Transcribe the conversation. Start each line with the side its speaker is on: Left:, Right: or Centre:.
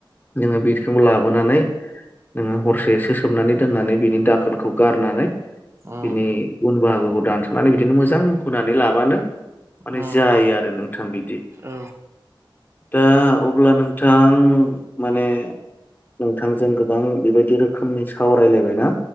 Left: नोङो बे बिथिं लाबोनानै नोङो हरसेसो सोमनानै दोननानै बिनि दाखोनखौ गारनानै
Right: उम
Left: बिनि उन बाहागोखौ दानस'नानै बिदिनो मोजां हुनानै लाबानो माने
Right: उम
Left: जायो आरो नोंथां बिदि
Right: औ
Left: दा अब्ला नोंथां माने नोंथांजों गोबां बेबायदि रोखो समनि सावरायलायबाय ना